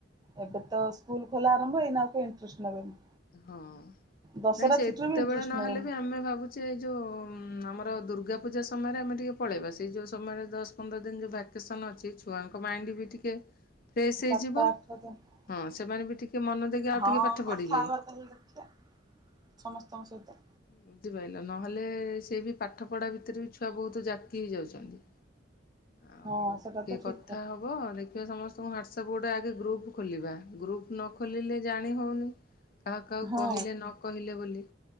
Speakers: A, on the right (about 20°); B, on the left (about 50°).
A: ଏବେତ ସ୍କୁଲ୍ ଖୋଲା ଆରମ୍ଭ ଏଇନା ଆଉ କେହି ଇଣ୍ଟ୍ରେଷ୍ଟଟ୍ ନେବେନି।
B: ହଁ,
A: ଦଶହରା
B: ନାଇଁ, ସେତେବେଳେ
A: ଛୁଟିରେ ବି ଇଣ୍ଟରେଷ୍ଟ
B: ନହେଲେ
A: ନେବେନି
B: ବି ଆମେ ଭାବୁ ସେ ଯଉ ଆମର ଦୁର୍ଗା ପୂଜା ସମୟରେ ଆମେ ଟିକେ ପଳେଇବା, ସେଇ ଯୋଉ ସମୟରେ ଦଶ ପନ୍ଦର ଦିନ ଯଉ ବା <inaudible> ଅଛି, ଛୁଆଙ୍କ ମାଇଣ୍ଡ ବି ଟିକେ ଫ୍ରେସ୍ ହେଇଯିବ,
A: ସାତ ଆଠ ଦିନ
B: ହଁ ସେମାନେ ବି ଟିକେ ମନ ଦେଇକି ଆଉ
A: ହଁ,
B: ଟିକେ ପାଠ
A: କଥା
B: ପଢ଼ିବେ।
A: ହବା ତାହଲେ ଦେଖିବା ସମସ୍ତଙ୍କ ସହିତ।
B: ବୁଝିପାରିଲ, ନହେଲେ ସେ ବି ପାଠ ପଢା ଭିତରେ ବି ଛୁଆ ବହୁତ ଯାକି ହେଇଯାଉଛନ୍ତି। ଆଉ
A: ହଁ ସେଟା
B: ଟିକେ
A: ତ ଠିକ
B: କଥା ହବ, ଦେଖିବା ସମସ୍ <inaudible> ହ୍ଵାଟସଆପ୍ ଗୋଟେ ଆଗେ ଗ୍ରୁପ ଖୋଲିବା, ଗ୍ରୁପ ନ ଖୋଲିଲେ ଜାଣି ହଉନି। କାହାକୁ କାହାକୁ
A: ହଁ
B: କହିଲେ ନ କହିଲେ ବୋଲି।